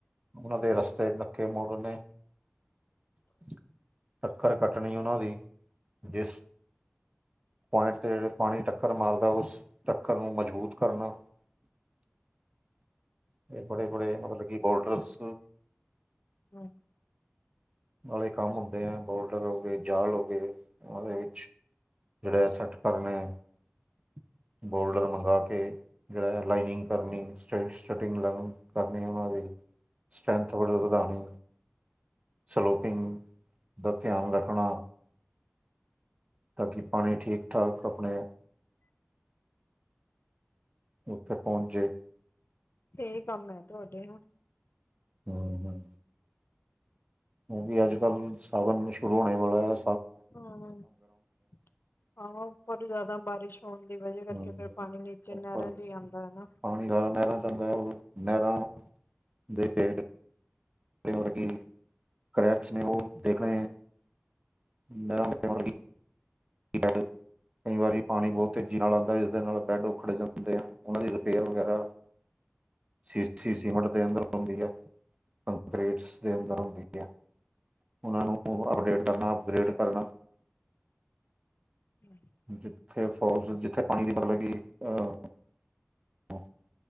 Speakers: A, on the right; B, on the left.
A: ਉਹਨਾਂ ਦੇ
B: ਹੂੰ
A: ਰਸਤੇ ਨੱਕੇ ਮੋੜ ਨੇ' ' <inaudible> ਟੱਕਰ ਕੱਟਣੀ ਉਹਨਾਂ ਦੀ ਜਿਸ ਪੁਆਇੰਟ ਤੇ ਪਾਣੀ ਟੱਕਰ ਮਾਰਦਾ ਉਸ ਟੱਕਰ ਨੂੰ ਮਜ਼ਬੂਤ ਕਰਨਾ, ' <inaudible> ' ਇਹ ਬੜੇ-ਬੜੇ ਮਤਲਬ ਕੀ ਬੋਰਡਰਸ
B: ਹੂੰ।
A: ਵਾਲੇ ਕੰਮ ਹੁੰਦੇ ਆ, ਬੋਲਡਰ ਹੋ ਗਏ, ਜਾਲ ਹੋ ਗਏ, ਉਹ ਦੇ ਵਿੱਚ ਜਿਹੜੇ ਸੈੱਟ ਕਰਨ ਨੇ, ' <inaudible> ' ਬੋਲਡਰ ਮੰਗਾ ਕੇ ਜਿਹੜਾ ਲਾਈਨਿੰਗ ਕਰਨੀ, ਸ ਸਟਟਿੰਗ ਲਾਇਨ ਕਰਨੀ, ਉਹਨਾਂ ਦੀ ਸਟਰੈਂਥ ਬੜੇ ਵਧਾਉਣੀ ਸਲੋਪਿੰਗ ਦਾ ਧਿਆਨ ਰੱਖਣਾ। ਤਾਂ ਕੀ ਪਾਣੀ ਠੀਕ-ਠਾਕ ਆਪਣੇ ਉੱਥੇ ਪਹੁੰਚੇ।
B: ਤੇ ਇਹ ਕੰਮ ਨੇ ਤੁਹਾਡੇ ਹਨਾ।
A: ਹੂੰ -ਹੂੰ। ਕਿਉਂਕਿ ਅੱਜ-ਕੱਲ੍ਹ ਸਾਧਨ ਸ਼ੁਰੂ ਹੋਣੇ ਵਾਲਾ ਐ।
B: ਹਾਂ, ' <inaudible> ' ਆਹ ਉਪਰ ਜ਼ਿਆਦਾ ਬਾਰਿਸ਼ ਹੋਣ ਦੀ ਵਜ੍ਹਾ ਕਰਕੇ
A: ਹੂੰ
B: ਫਿਰ
A: ਹੂੰ
B: ਪਾਣੀ ਨੀ 'ਚ'
A: ਉੱਪਰ
B: ਨਹਿਰਾਂ 'ਚ' ਜਾਂਦਾ ਨਾ।
A: ਪਾਣੀ ਜ਼ਿਆਦਾ ਨਹਿਰਾਂ ਆਉਂਦਾ, ਉਹ ਨਹਿਰਾਂ, ਦੇ ਹੇਠ ਫੇਮਰ ਕੀ, ਕਰੈਕਸ ਨੇ ਉਹ ਦੇਖਣੇ ਨਹਿਰਾਂ ਬੱਚਿਆਂ ਵਰਗੀ ਕਿਤਾਡ। ਕਈ ਵਾਰੀ ਪਾਣੀ ਬਹੁਤ ਤੇਜ਼ੀ ਨਾਲ ਆਦਾ। ਜਿਸਦੇ ਨਾਲ ਬੈੱਡ ਉਖੜ ਜਾਂਦੇ ਆ। ਉਹਨਾਂ ਦੀ ਰਿਪੇਅਰ ਵਗੈਰਾ। ਸੀ,
B: ਹੂੰ,
A: ਸੀਮਿੰਟ ਦੇ ਅੰਦਰ ਹੁੰਦੀ ਆ ਕੰਕਰੀਟਸ ਦੇ ਅੰਦਰ
B: ਹੂੰ,
A: ਹੁੰਦੀ ਆ। ਉਹਨਾਂ ਨੂੰ ਅਪਡੇਟ ਕਰਨਾ, ਅਪਗ੍ਰੇਡ ਕਰਨਾ।
B: ਹਮ।
A: ਜਿੱਥੇ ਫੋਲ, ਜਿੱਥੇ ਪਾਣੀ ਦੀ ਪਤਾਗੀ। ਅਹ